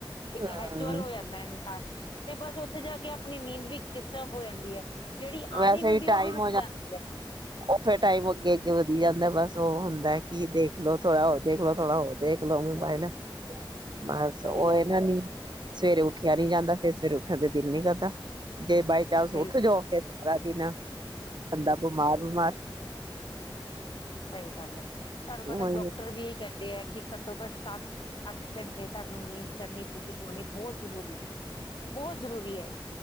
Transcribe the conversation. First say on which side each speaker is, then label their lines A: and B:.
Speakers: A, on the left (about 65°); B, on the right (about 55°).
A: ਇੱਕ
B: ਹੂੰ
A: ਹੈਚੁਅਲ ਹੋ ਜਾਂਦਾ ਏ ਇਨਸਾਨ ਤੇ ਬਸ ਉੱਥੇ ਜਾ ਕੇ ਆਪਣੀ ਨੀਂਦ ਵੀ ਡਿਸਟਰਬ ਹੋ ਜਾਂਦੀ ਏ। ਜਿਹੜੀ ਆਨੀ
B: ਵੈਸੇ
A: ਹੁੰਦੀ ਏ ਉਹ
B: ਟਾਈਮ
A: ਵੀ ਰੁਕ
B: ਹੋ ਜਾਂਦਾ
A: ਜਾਂਦੀ ਏ।
B: ਉਹ ਫੇਰ ਟਾਈਮ ਅੱਗੇ, ਅੱਗੇ ਵਧੀ ਜਾਂਦਾ। ਬਸ ਉਹ ਹੁੰਦਾ ਕੀ ਦੇਖਲੋ ਥੋੜਾ ਹੋਰ ਦੇਖਲੋ ਥੋੜਾ ਹੋਰ ਦੇਖ ਲੋ ਮੋਬਾਇਲ। ਬਸ
A: ਸਹੀ
B: ਉਹ
A: ਗੱਲ
B: ਇਹਨਾਂ
A: ਹੈ
B: ਨੀ ਸਵੇਰੇ ਉੱਠਿਆ ਨੀ ਜਾਂਦਾ ਫਿਰ ਸਵੇਰੇ ਉੱਠਣ ਦੇ ਦਿਲ ਨੀ ਕਰਦਾ ਜੇ ਬਾਈ ਚਾਂਸ
A: ਬਿਲਕੁਲ
B: ਉੱਠ ਜਾਓ, ਫਿਰ ਸਾਰਾ ਦਿਨ ਬੰਦਾ ਬਿਮਾਰ ਬਮਾਰ
A: ਸਹੀ ਗੱਲ ਐ। ਤੁਹਾਨੂੰ ਪਤਾ
B: ਹੂੰ
A: ਡਾਕਟਰ ਵੀ ਇਹੀ ਕਹਿੰਦੇ ਐ ਕਿ ਘੱਟੋ ਘੱਟ ਸਤ ਅੱਠ ਅੱਠ ਘੰਟੇ ਤੁਹਾਨੂੰ ਨੀਂਦ ਕਰਨੀ ਪੂਰੀ ਹੋਣੀ ਬਹੁਤ ਜ਼ਰੂਰੀ ਐ, ਬਹੁਤ ਜ਼ਰੂਰੀ ਐ।